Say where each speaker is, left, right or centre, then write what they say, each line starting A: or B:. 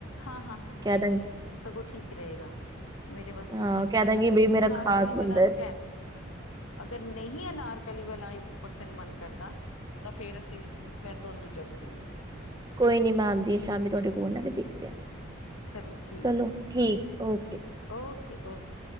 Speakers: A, on the left; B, on the right.
A: ਹਾਂ, ਹਾਂ, ਹਾਂ
B: ਕਹਿ
A: ਕੋਈ
B: ਦਾਂਗੀ
A: ਨੀ, ਸਗੋਂ ਠੀਕ ਰਹੇਗਾ। ਮੇਰੇ ਵਾਸਤੇ
B: ਹਾਂ
A: ਠੀਕ
B: ਕਹਿ
A: ਰਹੇ
B: ਦਾਂਗੀ
A: ਗਾ ਤੇ
B: ਬਈ
A: ਤੁਸੀਂ
B: ਮੇਰਾ
A: ਅਨਾਰਕਲੀ
B: ਖ਼ਾਸ
A: ਵਾਲਾ
B: ਬੰਦਾ
A: ਅੱਛਾ।
B: ਹੈ
A: ਅਗਰ ਨਹੀਂ ਅਨਾਰਕਲੀ ਵਾਲਾ ਇੱਕ ਪਰਸੈਂਟ ਮਨ ਕਰਦਾ ਤਾਂ ਫੇਰ ਅਸੀਂ ਮੈਂ ਤੁਹਾਨੂੰ ਦੂਜਾ ਡਿਜ਼ਾਇਨ ਦੇਦੋ।
B: ਕੋਈ ਨੀ ਮੈਂ ਆਦੀ ਆ ਸ਼ਾਮੀ ਤੁਹਾਡੇ ਕੋਲ ਨਾ ਕੇ ਦੇਖਦੇ ਆ
A: ਚਲੋ ਠੀਕ
B: ਚਲੋ
A: ਹੈ
B: ਠੀਕ ਓਕੇ।
A: ਠੀਕ ਹੈ ਓਕੇ - ਓਕੇ।